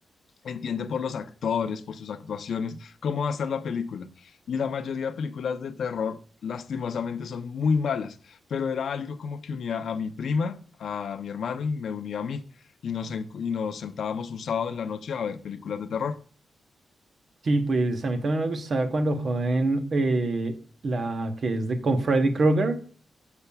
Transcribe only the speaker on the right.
Sí, pues a mí también me gustaba cuando joven eh, la que es de con Freddy Krueger,